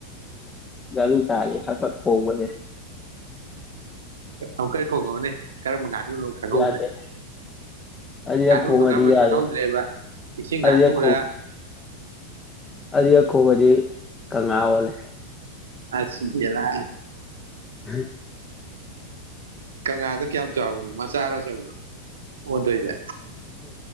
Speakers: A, on the left (about 15°); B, on the right (about 65°).
A: ꯔ ꯆꯔꯦ ꯈ ꯈꯣ ꯃꯅꯦꯦ
B: ꯎ ꯀꯩ ꯈꯣꯡꯉꯕꯅꯦ ꯀꯔꯝꯕ ꯀꯥꯟꯅ ꯉꯅꯨꯅ ꯈꯪꯍꯧꯗ꯭ꯔꯦ
A: ꯌꯥꯗꯦ ꯑꯅꯤꯔꯛ
B: ꯉꯥꯅꯨꯗꯨꯣ
A: ꯈꯣꯡꯉꯗꯤ
B: ꯀꯔꯝꯕꯅ
A: ꯌꯥꯗꯦ
B: ꯈꯪꯍꯧꯗ꯭ꯔꯦꯕ ꯏꯁꯤꯡ
A: ꯑꯅꯤꯔꯛ
B: ꯉꯥꯅꯨꯔ
A: ꯑ ꯑꯈꯣꯕꯗꯤ ꯀꯪꯂꯥ ꯑꯣꯜꯂꯦ
B: ꯑꯁꯕꯤꯗ
A: ꯑ
B: ꯀꯪꯂꯥꯗꯣ ꯀꯌꯥꯝ ꯆꯥꯎꯕꯅꯣ ꯃꯆꯥꯔꯆꯧꯕ ꯑꯣꯟꯗꯣꯏꯁꯦ